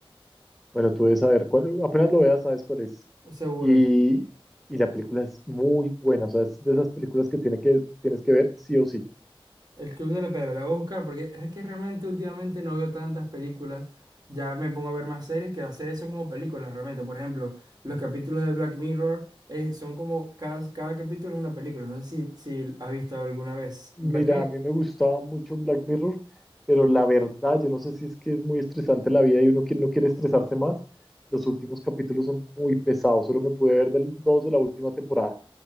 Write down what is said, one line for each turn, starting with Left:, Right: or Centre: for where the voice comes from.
Centre: bueno, tú debes saber cuál, apenas lo veas, sabes cuál es.
Right: Seguro.
Centre: Y, y la película es muy buena, o sea, es de esas películas que, tiene que tienes que ver sí o sí.
Right: El Club de la Pedra, la voy a buscar porque es que realmente últimamente no veo tantas películas. Ya me pongo a ver más series que hacer eso como películas realmente. Por ejemplo, los capítulos de Black Mirror eh, son como cada, cada capítulo es una película. No sé si, si has visto alguna vez
Centre: Mira,
Right: Black Mirror.
Centre: a mí me gustaba mucho Black Mirror, pero la verdad, yo no sé si es que es muy estresante la vida y uno que no quiere estresarse más. Los últimos capítulos son muy pesados, solo me pude ver del, dos de la última temporada,